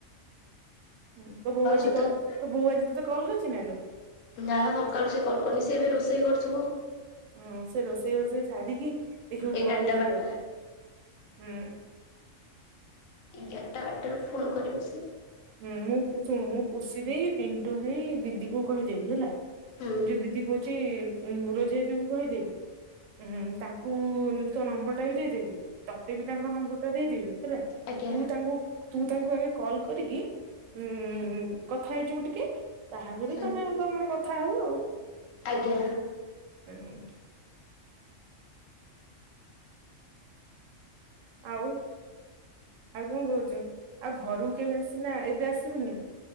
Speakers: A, on the right; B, on the left.
A: ହୁଁ ତୋ ବୋଉଆଜି
B: ସହିତ
A: କ ତୋ ବୋଉ ଆଜି ତତେ କଲ୍ କରିଚି ନାଲୋ।
B: ନା ସକାଳୁ ସେ କଲ କରିନି ସେ ଏବେ ରୋଷେଇ କରୁଥିବ।
A: ଉଁ ସେ ରୋଷେଇ ଫୋଷେଇ ସାରିକି ଦେଖୀବୁ
B: ଏଗାରଟା
A: କଲ୍ କରିବ।
B: ବାରଟା
A: ହୁଁ।
B: ଏଗାରଟା ଗୋଟେରୁ ଫୋନ କରିବ ସେ।
A: ହୁଁ ମୁଁ ଶୁଣ ମୁଁ ପୁଷି ଦେଇ ପିଣ୍ଟୁ ଭାଇ ଦିଦିକୁ କହିଦେବି ହେଲା।
B: ହୁଁ
A: ଯୋଉ ଦିଦି କହୁଛି ମୁଁ ରୋଜି ଦିଦିଙ୍କୁ କହିଦେବି। ହୁଁ ତାଙ୍କୁ ତୋ ନମ୍ବର ଟା ବି ଦେଇଦେବି। ତତେ ବି ତାଙ୍କ ନମ୍ବର ଟା ଦେଇଦେବି ହେଲା
B: ଆଜ୍ଞା
A: ତୁ ତାଙ୍କୁ ତୁ ତାଙ୍କୁ ଆଗେ କଲ୍ କରିକି ଉଁ କଥା ହେଇଯିବୁ ଟିକେ। ତାହାପରେ
B: ହୁଁ
A: ତମେ ତମର କଥା ହଉ ଆଉ।
B: ଆଜ୍ଞା।
A: ହୁଁ। ଆଉ ଆଉ କଣ କହୁଛୁ? ଆଉ ଘରକୁ କେବେ ଆସିବୁନା ଏବେ ଆସିବୁନି?